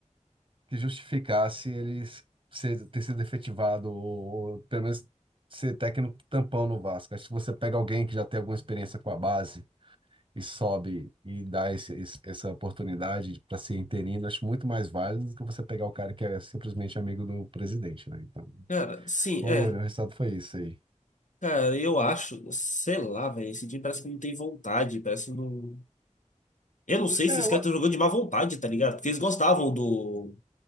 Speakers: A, on the right; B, on the left.
A: que justificasse ele ser, ter sido efetivado ou, ou pelo menos ser técnico tampão no Vasco. Acho que se você pega alguém que já tem alguma experiência com a base e sobe e dá esse, esse- essa oportunidade para ser interino, acho muito mais válido do que você pegar o cara que é simplesmente amigo do presidente, né? Então,
B: Cara, sim,
A: olha,
B: é.
A: o resultado foi isso aí.
B: Cara, eu acho, sei lá, velho, esse time parece que não tem vontade, parece que não. Eu não sei
A: É,
B: se os
A: eu,
B: caras estão jogando de má vontade, tá ligado? Porque eles gostavam do,